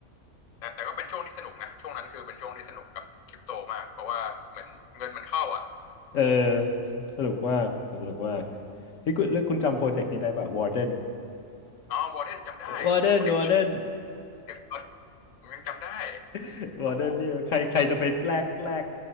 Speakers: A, on the left (about 55°); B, on the left (about 70°).
A: แต่แต่ก็เป็นช่วงที่สนุกนะช่วงนั้นคือเป็นช่วงที่สนุกกับคริปโตมากเพราะว่าเหมือนเงินมันเข้าอ่ะ
B: เออสนุกมากก็สนุกมากนี่คุณแล้วคุณจำโปรเจกต์นี้ได้ป่ะวอร์เดน
A: อ๋อวอร์เดนจำได้โอ้โหเด็ก
B: วอร์เดนวอร์เดน
A: เด็กรถผมยังจำได้
B: <laughs>
A: โอ้โห
B: วอร์เดน <laughs> เนี่ยใครใครจะไปแลกแลก